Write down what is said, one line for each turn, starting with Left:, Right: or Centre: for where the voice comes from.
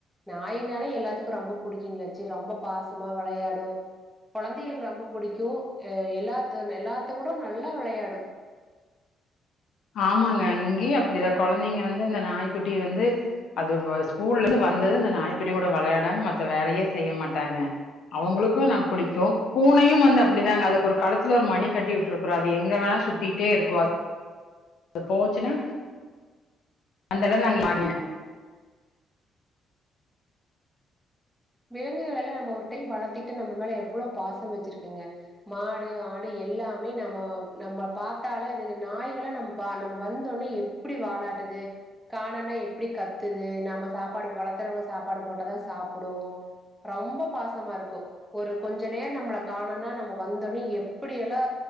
Centre: நாயினால எல்லாத்துக்கு ரொம்ப புடிக்குங்களாச்சே ரொம்ப பாசமா வெளையாடு கொழந்தைகளுக்கு ரொம்ப பிடிக்குஅ எல்லா எல்லாத்து கூட நல்லா வெளையாடு <inaudible> <unintelligible>
Left: ஆமாங்க இங்கயு அப்டிதா கொழந்தைங்க வந்து இந்த நாய்க்குட்டி வந்து அது ஸ்கூல்லருந்து வந்தது இந்த நாய்குட்டி கூட வெளாடாம மத்த வேலயே செய்ய மாட்டாங்க அவங்களுக்கும் நா புடிக்கு பூனயு வந்து அப் அப்டிதாங்க அதுக்கு ஒரு கழுத்துல ஒரு மணி கட்டி விட்ருக்றோ அது எங்க வேணா சுத்திட்டேருக்கு அது அது போச்சுன்னா அந்த இடம் நாங்க மாறின
Centre: விலங்குகளல்லா நம்ம ஒரு டைம் வளத்திட்டு நம்ம மேல எவ்ளோ பாசம் வச்சிருக்குங்க மாடு ஆடு யெல்லாமே நம்ம நம்ம பாத்தாலே அதுக்கு நாய்களா நம்ம பா நம்ம வந்தோனே எப்டி வாலாட்டுது காணன்னா எப்டி கத்துது நம்ம சாப்பாடு வளத்தறவங்க சாப்பாடு போட்டதா சாப்டு ரொம்ப பாசமாருக்கு ஒரு கொஞ்சோ நேர நம்மள காணோனா நம்ம வந் தோன எப்படியல்லா